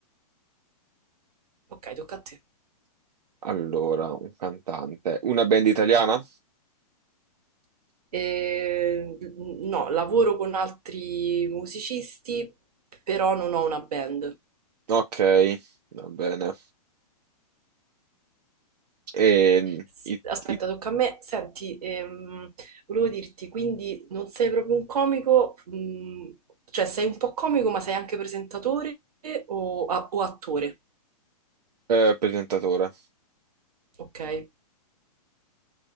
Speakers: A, on the right; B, on the right.
A: Ok, tocca a te.
B: Allora, un cantante. Una band italiana?
A: Eh, no, lavoro con altri musicisti, però non ho una band.
B: Ok, va bene. E
A: S-
B: i-
A: Aspetta,
B: i-
A: tocca a me. Senti, ehm, volevo dirti, quindi non sei proprio un comico, mm, cioè sei un po' comico, ma sei anche presentatore o, a- o attore,
B: eh, presentatore.
A: ok?